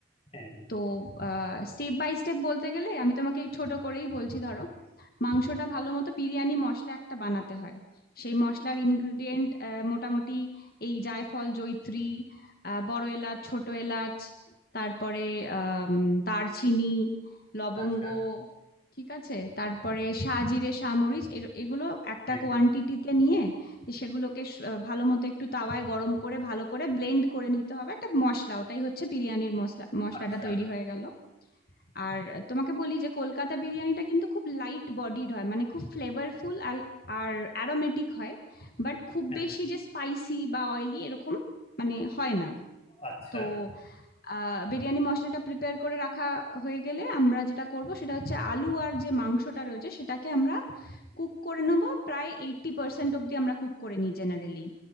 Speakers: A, on the left; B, on the left.
A: হ্যাঁ
B: তো স্টেপ বাই স্টেপ বলতে গেলে আমি তোমাকে ছোট করেই বলছি ধরো মাংসটা
A: হুম,
B: ভালো মতো বিরিয়ানি মশলা একটা বানাতে হয় সেই মশলার ইনগ্রিডিয়েন্ট মোটামুটি এই জায়ফল জয়িত্রী আহ, বড় এলাচ ছোট এলাচ তারপরে আহ উম, দারচিনি লবঙ্গ
A: আচ্ছা
B: ঠিক আছে তারপরে সাজিরে সামরিচ এর- এগুলো একটা
A: হ্যাঁ
B: কোয়ান্টিটিতে নিয়ে সেগুলোকে স- আহ, ভালো মতো একটু তাওয়ায় গরম করে ভালো করে ব্লেন্ড করে নিতে হবে একটা মশলা ওটাই হচ্ছে বিরিয়ানির মশলা মশলাটা
A: আচ্ছা
B: তৈরি হয়ে গেল আর তোমাকে বলি যে কলকাতা বিরিয়ানিটা কিন্তু খুব লাইট বডিড হয় মানে খুব ফ্লেভারফুল আর আর অ্যারোমেটিক হয় বাট খুব
A: হ্যাঁ
B: বেশি যে স্পাইসি বা অয়েলি এরকম মানে হয় না
A: আচ্ছা
B: তো আহ বিরিয়ানি মশলাটা প্রিপেয়ার করে রাখা হয়ে গেলে আমরা যেটা করব সেটা হচ্ছে আলু আর যে মাংসটা রয়েছে সেটাকে আমরা কুক করে নেব প্রায় এইট্টি পার্সেন্ট অব্দি আমরা কুক করে নিই জেনারেলি